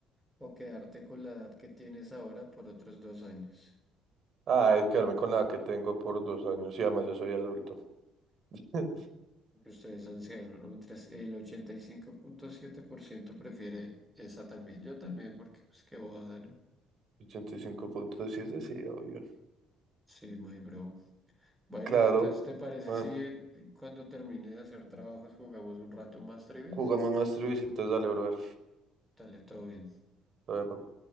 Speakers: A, in the centre; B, on the right (about 45°).
A: o quedarte con la edad que tienes ahora por otros dos años?
B: Ah, es quedarme con la que tengo por dos años y además yo soy adulto. <laughs>
A: Que ustedes ancianos, ¿no? Mientras el 85.7% prefiere esa también. Yo también, porque pues qué bobada, ¿no?
B: Ochenta y cinco punto siete sí, obvio.
A: Sí, my bro. Bueno,
B: Claro.
A: entonces, ¿te parece
B: Bueno,
A: si eh, cuando termine de hacer trabajos jugamos un rato más trivias?
B: jugamos más triviecitas, dale, brother.
A: Dale, todo bien.
B: Todo bien,